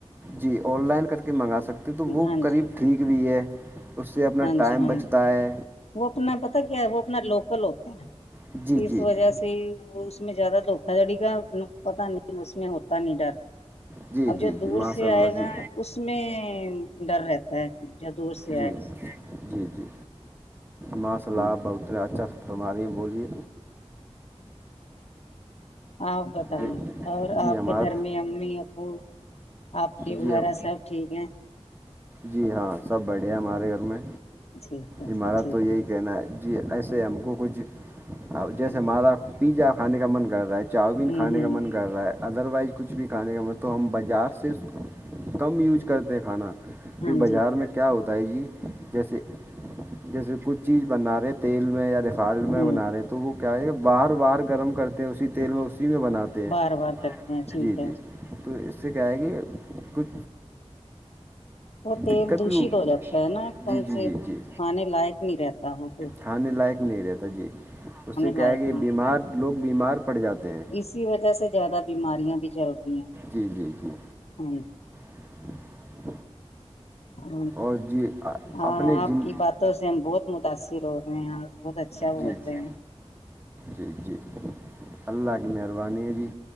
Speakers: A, on the right; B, on the left.
A: جی آن لائن کر کے منگا سکتے تو وہ
B: ہاں
A: قریب
B: جی
A: ٹھیک بھی ہے اس سے اپنا
B: ہاں
A: ٹائم
B: جی ہاں
A: بچتا
B: جی
A: ہے
B: وہ اپنا پتا کیا ہے وہ اپنا لوکل ہوتا ہے
A: جی
B: اس
A: جی
B: وجہ سے اس میں زیادہ دھوکا دھڑی کا پتا نہیں اس میں ہوتا نہیں ڈر
A: جی
B: اب جو
A: جی
B: دور
A: جی ماشاء
B: سے
A: اللہ
B: آئے گا
A: جی
B: اس میں ڈر رہتا ہے جو دور سے
A: جی
B: آئے گا
A: جی جی ماصالہپ
B: ہ
A: بہ اتر اچھا فرم رہ ہیں بولیے
B: آپ بتائیے
A: جی
B: اور
A: جی
B: آپ
A: ہمارا
B: کے گھر میں امی ابو پپی وغیرہ
A: جی ہم
B: سب ٹھیک ہیں
A: جی ہاں سب بڑھے ہیں ہمارے گھر میں
B: ٹھیک ہے
A: عمارت
B: ٹھیک
A: تو یہی کہنا جی ایسے ہم کو کچھ جیسے
B: ہ
A: ہمارا پیزا کھانے کا من کر رہا ہے چاؤ بین
B: ہ
A: کھانے کا من کر رہا ہے ادر وائز کچھ بھی کھانے کا من تو ہم بازار سے کم یوج کرتے ہیں کھانا
B: ہاں
A: پ بازار
B: جی
A: میں کیا ہوتا ہے جی جیسے جیسے کچھ چیز بنا رہے تیل میں یا ریفائنڈ میں
B: ہوں
A: بنا رہے تھ تو وہ کیا ہے باہر باہر گرم کرتے ہیں اسی تیل میں اسی میں بناتے ہیں
B: بار بار
A: ہیں
B: کرتے ٹھیک
A: جی
B: ہے
A: جی تو اس سے کیا ہے کہ کچھ
B: وہ تیل
A: دقت
B: دشت
A: بھی
B: ہو جاتا ہے نا ایک دم
A: جی جی
B: سے
A: جی جی
B: کھانے لائق نہیں رہتا وہ کو
A: کھانے لائق نہیں رہتا جی اس سے کیا
B: لائق
A: ہے کہ
B: نہیں
A: بیمار
B: رہتا
A: لوگ بیمار پڑ جاتے ہیں
B: اسی وجہ سے زیادہ بیماریاں بھی چل رہی ہیں
A: جی جی جی
B: ہاں
A: <inaudible>
B: ہ
A: اور جی
B: ہاں
A: اپنے
B: آپ
A: جن
B: کی باتوں سے ہم بہت متاثر ہو رہے ہیں آپ بہت اچھا بول
A: جی جی
B: رہے ہیں
A: جی جی اللہ کی مہربانی ہے جی